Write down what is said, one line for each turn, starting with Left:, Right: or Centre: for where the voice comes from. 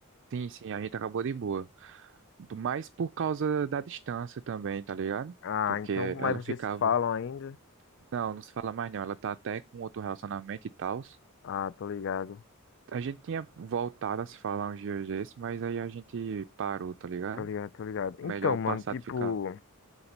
Right: sim, sim, a gente acabou de boa. Mas por causa da distância também, tá ligado?
Left: Ah,
Right: Porque
Left: então. Mas
Right: ela
Left: vocês
Right: ficava,
Left: se falam ainda?
Right: não, não se fala mais não, ela tá até com outro relacionamento e tal.
Left: Ah, tô ligado.
Right: A gente tinha voltado a se falar uns dias desses, mas aí a gente parou, tá ligado?
Left: Tô ligado, tô ligado. Então,
Right: É Melhor o
Left: mano,
Right: passado
Left: tipo.
Right: ficar.